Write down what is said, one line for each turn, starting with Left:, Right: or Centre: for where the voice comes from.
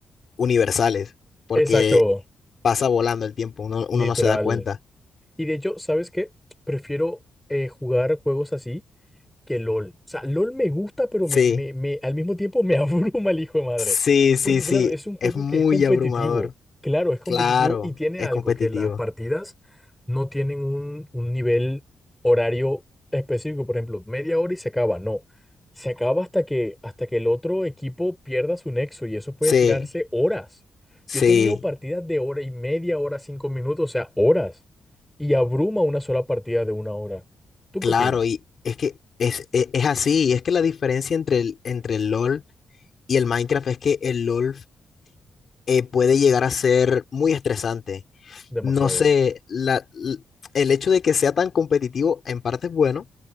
Left: universales, porque
Centre: exacto,
Left: pasa volando el tiempo, uno,
Centre: literal.
Left: uno no se da cuenta.
Centre: Y de hecho, ¿sabes qué? Prefiero eh, jugar juegos así que LOL. O sea, LOL me gusta, pero
Left: Sí,
Centre: me, me, me- al mismo tiempo me <laughs> abruma el hijo de madre.
Left: sí, sí,
Centre: Porque
Left: sí,
Centre: claro, es un juego
Left: es muy
Centre: que es competitivo.
Left: abrumador,
Centre: Claro, es competitivo
Left: claro,
Centre: y tiene
Left: es
Centre: algo,
Left: competitivo.
Centre: que las partidas no tienen un, un nivel horario específico. Por ejemplo, media hora y se acaba. No. Se acaba hasta que, hasta que el otro equipo pierda su nexo y eso puede
Left: Sí,
Centre: tirarse horas.
Left: sí,
Centre: Yo he tenido partidas de hora y media, hora, cinco minutos, o sea, horas. Y abruma una sola partida de una hora. ¿Tú
Left: claro,
Centre: qué opinas?
Left: y es que es, es, es así, y es que la diferencia entre el, entre el LOL y el Minecraft es que el LOL eh, puede llegar a ser muy estresante.
Centre: Demasiado.
Left: No sé, la, l- el hecho de que sea tan competitivo en parte es bueno